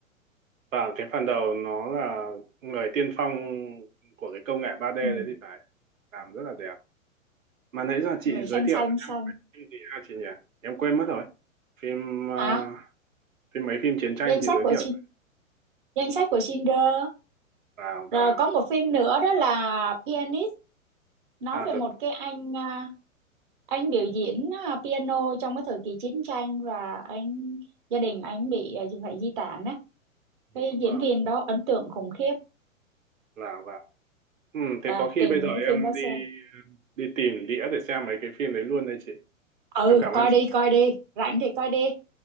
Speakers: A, on the right; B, on the right.
A: Và cái phần đầu nó là người tiên phong của cái công nghệ 3D đấy
B: ừ.
A: thì phải làm rất là đẹp. Mà nãy giờ chị
B: người
A: giới
B: xanh
A: thiệu
B: xanh
A: cho
B: xanh
A: em cái phim gì ha chị nhỉ? Em quên mất rồi. Phim à,
B: hả
A: phim mấy phim chiến tranh
B: danh
A: chị
B: sách
A: giới
B: của
A: thiệu
B: Shin-
A: cho
B: danh sách của Schindler
A: vào
B: Rồi
A: và
B: có một phim nữa đó là Pianist nói
A: à,
B: về
A: tập
B: một cái anh à, anh biểu diễn à, piano trong cái thời kỳ chiến tranh và anh gia đình anh bị à, phải di tản á.
A: ừ,
B: Cái diễn
A: vào
B: viên đó ấn tượng khủng khiếp.
A: và và Ừ, thế
B: À,
A: có khi
B: tìm
A: bây giờ
B: những
A: em
B: phim đó xem.
A: đi đi tìm đĩa để xem mấy cái phim đấy luôn đây chị.
B: Ừ,
A: Em cảm
B: coi
A: ơn chị.
B: đi, coi đi. Rảnh thì coi đi.